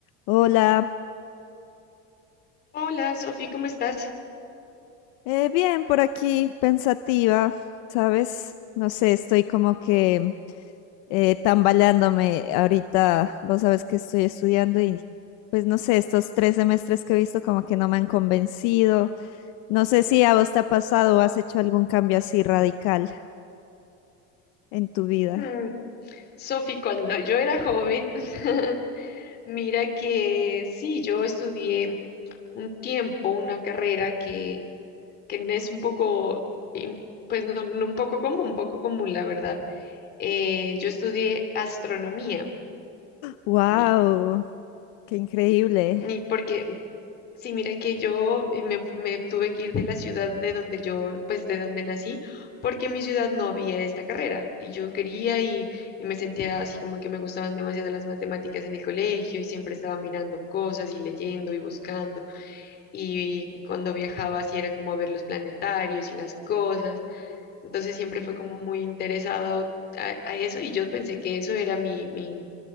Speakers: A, on the left; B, on the left.
A: Hola,
B: Hola, Sofi, ¿cómo estás?
A: eh, bien por aquí, pensativa, ¿sabes? No sé, estoy como que eh, tambaleándome ahorita, vos sabes que estoy estudiando y pues no sé, estos tres semestres que he visto como que no me han convencido. No sé si a vos te ha pasado o has hecho algún cambio así radical en tu vida.
B: Hmm, Sofi, cuando yo era joven, <laughs> mira que sí, yo estudié un tiempo, una carrera que, que es un poco, im- pues no, no un poco común, un poco común, la verdad. Eh, yo estudié astronomía,
A: ¡Wow!
B: mira,
A: ¡Qué increíble!
B: ni porque Sí, mira que yo me, me tuve que ir de la ciudad de donde yo, pues de donde nací, porque en mi ciudad no había esta carrera y yo quería y, y me sentía así como que me gustaban demasiado las matemáticas en el colegio y siempre estaba mirando cosas y leyendo y buscando y cuando viajaba así era como a ver los planetarios y las cosas entonces siempre fue como muy interesado a, a eso y yo pensé que eso era mi, mi,